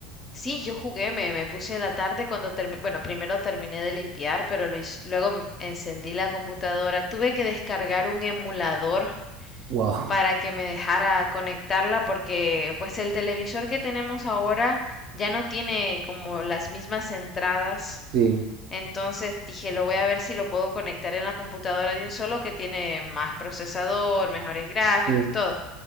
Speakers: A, on the left (about 30°); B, on the right (about 55°).
A: Sí, yo jugué, me, me puse en la tarde cuando terminé, bueno, primero terminé de limpiar, pero lo hice- luego m- encendí la computadora, tuve que descargar un emulador
B: Wow,
A: para que me dejara conectarla porque pues el televisor que tenemos ahora ya no tiene como las mismas entradas.
B: sí.
A: Entonces dije, lo voy a ver si lo puedo conectar en la computadora de un solo que tiene más procesador, mejores gráficos,
B: Sí.
A: todo.